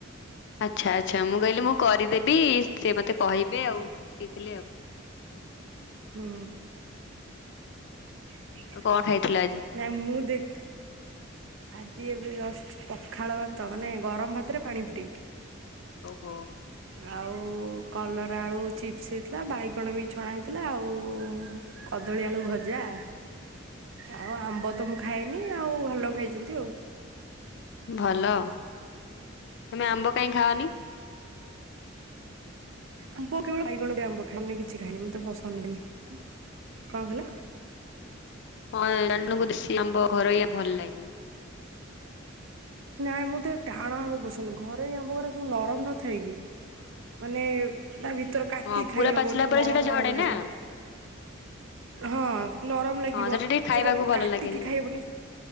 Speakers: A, on the left (about 60°); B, on the right (about 70°).
A: ଆଚ୍ଛା-ଆଚ୍ଛା ମୁଁ କହିଲି ମୁଁ କରିଦେବି ସିଏ ମତେ କହିବେ ଆଉ ସିଇଥିଲେ ଆଉ।
B: ହୁଁ। ହଁ <inaudible>
A: ଆଉ କଣ ଖାଇଥିଲ ଆଜି?
B: ନା ମୁଁ ଦେଖି ଆଜି ଏବେ ଜଷ୍ଟ ପଖାଳ ଭାତ ମାନେ ଗରମ ଭାତରେ ପାଣି ପୁରେଇକି।
A: ଓହୋ।
B: ଆଉ କଲରା ଆଳୁ ଚିପ୍ସ ହେଇଥିଲା ବାଇଗଣ ବି ଛଣା ହେଇଥିଲା ଆଉ କଦଳୀ ଆଳୁ ଭଜା। ଆଉ ଆମ୍ବ ତ ମୁଁ ଖାଏନି ଆଉ ଭଲ ଖାଇଛନ୍ତି ଆଉ।
A: ଭଲ ତମେ ଆମ୍ବ କାହିଁକି ଖାଅନି?
B: ଆମ୍ବ କେବଳ ବାଇଗଣ <unintelligible> ଆମ୍ବ ଖାଏ ଅନ୍ୟ କିଛି ଖାଏନି ମତେ <unintelligible> କଁ କହିଲ?
A: ହଁ <unintelligible> ଦେଶି ଆମ୍ୱ ଘରୟା ଭଲ ଲାଗେନି।
B: ନାଇଁ ମୋତେ ଟାଣ ଆମ ପସନ୍ଦ ଘରୋଇ ଆମ୍ୱଗୁଡା ସବୁ ନରମ ନଥାଏ କିି ମାନେ ତା ଭିତର କାଟିକି
A: ହଁ ପୁରା
B: ଖାଇ
A: ପାଚିଲା
B: ହବନି
A: ପରେ
B: ନରମ-ନରମ
A: ସେଇଟା ଝଡେ ନା
B: ଲାଗେ। ହଁ ନରମ ଲାଗିବ
A: ହଁ ଟିକେ ଖାଇବାକୁ
B: ସେଟା
A: ଭଲ
B: କାଟିକି
A: ଲାଗେନି
B: ଖାଇ
A: ଆଉ।
B: ହବନି।